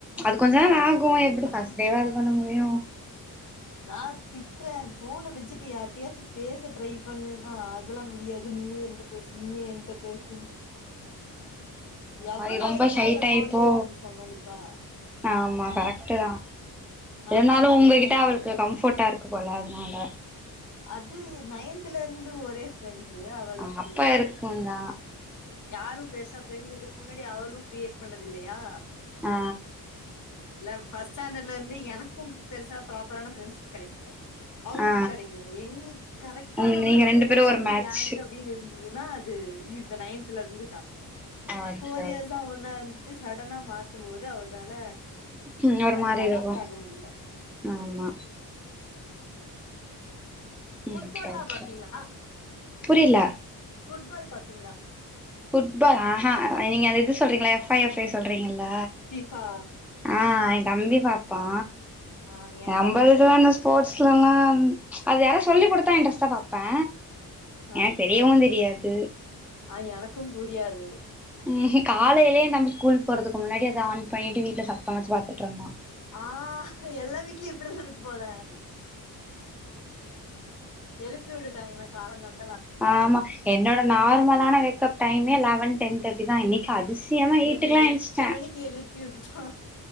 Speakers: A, in the centre; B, on the left.
A: அது கொஞ்ச
B: என்ன
A: நாள்
B: சொல்றது
A: ஆகு
B: இவளையெல்லா
A: எப்டி ஃபர்ஸ்ட் டே வா இது பண்ண முடியு
B: நா திட்றே ஃபோன்ன வச்சுட்டு யாரிட்டயாச்சு பேச ட்ரை பண்ணுன்னா அதெல்லா முடியாது நீயே என்ட பேசு நீயே என்ட பேசுன் எவ்ளோ
A: வாய்
B: நாளைக்கி
A: ரொம்ப ஷை
B: என்ட
A: டைப்போ
B: ஃபோன்லியே பேசி சமாளிப்பா
A: ஆமா கரெக்டு தா
B: நா
A: என்னாலு
B: காலேஜ்
A: உங்ககிட்ட
B: போயிட்டேன்னா யாருக்கு
A: அவளுக்கு
B: ஃபோன்
A: கம்ஃபர்ட்டா
B: பண்ணுவா
A: இருக்கு போல அதுனால
B: அது நயன்த்துலேருந்து ஒரே ஃப்ரெண்ட்ஸு அவளுக்கு
A: ஆ அப்ப இருக்குந்தா
B: யாரு பெருசா செஞ்சு இதுக்கு முன்னாடி அவ்ளு கிரீயேட் பண்ணது இல்லயா
A: ஆ
B: இல்ல ஃபஸ்ட் ஸ்டாண்டர்ட்ல இருந்து எனக்கு பெருசா ப்ராப்பரான ஃப்ரெண்ட்ஷிப் கெடைக்கல அவ்ளுக்கு
A: ஆ
B: கெடைக்கல எங்களுக்கு கரெக்ட்டான
A: ம் நீங்க
B: ஒரு
A: ரெண்டு
B: ஃப்ரெண்ட்ஷிப்
A: பேரு ஒரு மேட்ச்
B: கேங் அப்டின்னு இருந் துனா அது இந்த நைன்த்ல இருந்து தா
A: ஓகே
B: ஃபோர் இயர்ஸ்
A: ஓகே
B: ஸ ஒன்னா இருந்துட்டு சடனா மாத்துபோது அவ்னால
A: ம் ஒரு
B: அதுக்கு
A: மாரி
B: அடாப்ட்
A: இருக்கு
B: ஆக முடிய்ல
A: ஆமா
B: ஃபுட்பால்லா
A: ஓகே ஓகே
B: பாப்பீங்களா
A: புரில
B: ஃபுட்பால் பாப்பீங்களா
A: ஃபுட்பால் ஆஹா நீங்க அது இது சொல்றீங்களா எஃப் ஐ எஃப் ஏ சொல்றீங்கல்ல
B: ஃபிஃபா
A: ஆ எ தம்பி பாப்பா
B: ஆ என்
A: நம்பளுக்கல்லா
B: தம்பி பாப்பான்
A: இந்த ஸ்போர்ட்ஸ்லல்லா அது யாரா சொல்லி குடுத்தா இன்ட்ரெஸ்ட்டா பாப்பே
B: ஆ
A: எனக்கு தெ ரியவு தெரியாது
B: ஆ எனக்கு புரியாது
A: ம் காலையிலே ஏ தம்பி ஸ்கூல் போறதுக்கு முன்னாடி அத ஆன் பண்ணிட்டு வீட்ல சத்தமா வச்சு பாத்துட்டு இருந்தா
B: ஆ எல்லா வீட்லயு இப்டிதா இருக்கு போல எழுப்பி விட்டுட்டா என்னா காலங் காத்
A: ஆமா என்னோட நார்மலான வேக்கப் டைமே லெவன் டென் தேர்ட்டி தா இன்னைக்கு அதிஷ் சியமா ஈட்டுக்கல்லா
B: என்னை எட்டு
A: ஏஞ்ச்சுட்டே
B: மணிக்கு எழுப்பி விட்டுட்டா